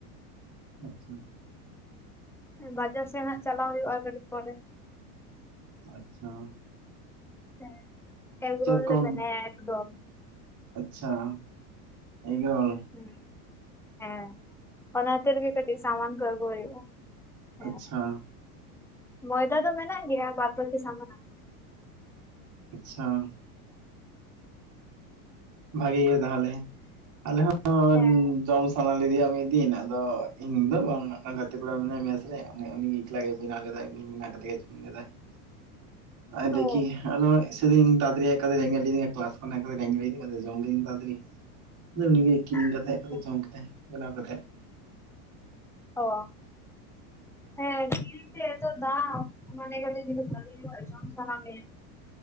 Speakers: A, on the right (about 40°); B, in the centre.
A: ᱟᱸᱪ-ᱪᱷᱟᱸ ᱾
B: ᱵᱟᱡᱟᱨ ᱥᱮᱜ ᱦᱟᱸᱜ ᱪᱟᱞᱟᱣ ᱦᱳᱭᱳᱜᱼᱟ ᱟᱨ ᱠᱟᱹᱴᱤᱡ ᱯᱚᱨᱮ ᱾
A: ᱟᱪ-ᱪᱷᱟᱸ
B: ᱦᱮᱸ, ᱮᱜᱽᱨᱳᱞ
A: ᱪᱮᱫ ᱠᱚ
B: ᱞᱮ ᱵᱮᱱᱟᱭᱟ ᱮᱜᱽᱫᱚᱢ ᱾
A: ᱟᱪ-ᱪᱷᱟ, ᱮᱹᱜᱽᱨᱳᱞ ᱾
B: ᱦᱩᱸ, ᱦᱮᱸ ᱚᱱᱟ ᱛᱤᱨ ᱜᱮ ᱠᱟᱹᱴᱤᱡ ᱥᱟᱢᱟᱱ ᱠᱚ ᱟᱹᱜᱩ ᱦᱳᱭᱳᱜᱼᱟ ᱾ ᱦᱮᱸ,
A: ᱟᱪᱪᱷᱟ
B: ᱢᱚᱭᱫᱟ ᱫᱚ ᱢᱮᱱᱟᱜ ᱜᱮᱭᱟ ᱵᱟᱨᱯᱚᱛᱤ ᱥᱟᱢᱟᱱ ᱾
A: ᱟᱪ-ᱪᱷᱟᱸ ᱾ ᱵᱷᱟᱜᱮᱹ ᱜᱮ ᱛᱟᱦᱞᱮ, ᱟᱞᱮ ᱦᱚᱸ
B: ᱦᱮᱸ
A: ᱫᱚᱝ ᱥᱟᱱᱟ ᱞᱤᱫᱮᱭᱟ ᱢᱤᱫ ᱫᱤᱱ ᱟᱫᱚ ᱤᱧ ᱫᱚ ᱵᱟᱝ ᱢᱤᱫᱴᱟᱝ ᱜᱟᱛᱮᱹ ᱠᱚᱲᱟ ᱢᱮᱱᱟᱭᱟ ᱢᱮᱹᱥ ᱨᱮ, ᱩᱱᱤ ᱩᱱᱤᱜᱤ ᱮᱠᱞᱟ ᱜᱮᱭ ᱵᱮᱱᱟᱣ ᱞᱮᱫᱟᱭ, ᱵᱮᱱᱟᱣ ᱠᱟᱛᱮ ᱤᱥᱤᱱ ᱞᱮᱫᱟᱭ ᱾ ᱟᱨ ᱞᱟᱹᱭᱠᱮᱭᱟ
B: ᱚ
A: ᱟᱫᱚ ᱥᱮᱫᱤᱱ ᱛᱟᱲᱟᱛᱟᱲᱤ ᱦᱮᱡ ᱠᱟᱛᱮ ᱨᱮᱸᱜᱮᱡ ᱞᱮᱫᱤᱫᱤᱧᱟ ᱠᱞᱟᱥ ᱠᱷᱚᱱ ᱰᱟᱹᱝᱨᱤ <unintelligible> ᱡᱚᱢ ᱠᱤᱫᱟᱹᱧ ᱵᱟᱫᱽ ᱨᱮ, <unintelligible> ᱠᱤᱨᱤᱧ
B: ᱟᱪᱪᱷᱟ
A: ᱠᱟᱛᱮᱜ, ᱟᱫᱚ ᱡᱚᱢ ᱠᱮᱫᱟᱭ, ᱵᱮᱱᱟᱣ ᱠᱟᱛᱮᱜ ᱾
B: ᱦᱚ ᱾ ᱦᱮᱸ, ᱠᱤᱨᱤᱱ ᱛᱮ, ᱮᱛᱚ ᱫᱟᱢ ᱾ ᱢᱟᱱᱮ ᱠᱟᱴᱤᱡ ᱧᱚᱜ, ᱵᱷᱟᱜᱤ ᱧᱚᱜ ᱡᱚᱢ ᱥᱟᱱᱟ ᱢᱮ ᱾